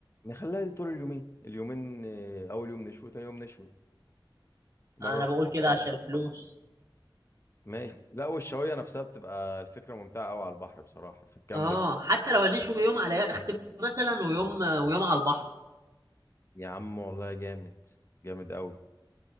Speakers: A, on the left; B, on the right.
A: نخليها طول اليومين اليومين آه، أول يوم نشوي تاني يوم نشوي مرة
B: أنا
A: راحة
B: بقول كده
A: مرة
B: عشان
A: فراخ
B: الفلوس
A: مثلا ماشي لا والشواية نفسها بتبقى الفكرة ممتعة أوي على البحر بصراحة في الكامب
B: أه حتى لو هنشوي يوم على يخت مثلا ويوم ويوم على البحر
A: يا عم والله جامد جامد أوي